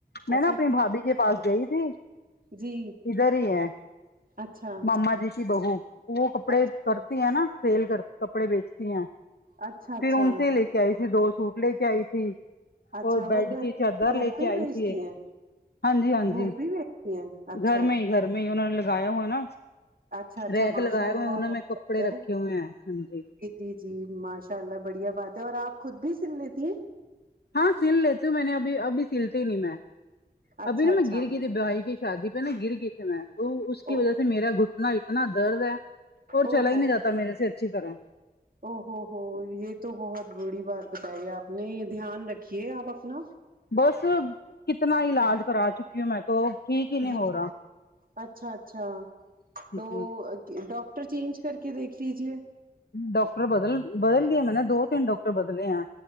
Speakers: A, on the left; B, on the right.
A: میں
B: اچھا
A: نا اپنی
B: کی
A: بھابھی کے پاس گئی تھی
B: جی
A: ادھر ہی ہے
B: اچھا
A: ماما جی کی بہو وہ کپڑے
B: اچھا
A: کرتی ہے نا سیل کر کپڑے بیچتی ہیں
B: اچھا
A: پھر
B: اچھا
A: ان سے لے آئی تھی دو سوٹ لے کے آئی تھی
B: اچھا
A: اور بیڈ
B: وہ گھر
A: کی چادر
B: گھر
A: لے کے
B: پہ ہی
A: آئی
B: بیچتی
A: تھی ایک
B: ہیں
A: ہاں جی ہاں جی
B: گھر پہ ہی بیچتی ہیں اچھا
A: گھر میں ہی گھر میں ہی ان نے لگایا ہو نا
B: اچھا اچھا
A: ریک
B: ماشاء
A: لگائے
B: اللہ
A: ہوئے ہیں ان
B: بہت
A: میں کپڑے
B: بڑھیا ہے
A: رکھے ہوئے ہیں ہاں جی
B: جی جی ماشاء اللہ بڑھیا بات ہے اور آپ خود بھی سن لیتی ہیں
A: ہاں سل لیتی ہوں میں نے ابھی ابھی سلتی نہیں میں
B: اچھا
A: ابھی نا
B: اچھا
A: میں گر گئی تھی بوی کی شادی پہ ن گر گ اس کی
B: او
A: وجہ سے میرا گھٹنا اتنا درد ہے اور
B: او
A: چلا
B: ہو
A: ہی نہیں جاتا میل سے اچھی طرح
B: او ہوو ہو یہ تو بہت بریی بات بتائی آپ نے دھیان رکھیے آپ اپنا
A: بس کتنا علاج کرا چکی ہوں میں تو ٹھیک ہی نہیں
B: جی
A: ہو رہا
B: اچھا اچھا تو
A: جی
B: ڈاکٹر چینج کر کے دیکھ لیجے
A: ڈاکٹر بدل بدل دیا میں نے دو تین ڈاکٹر بدلے یہاں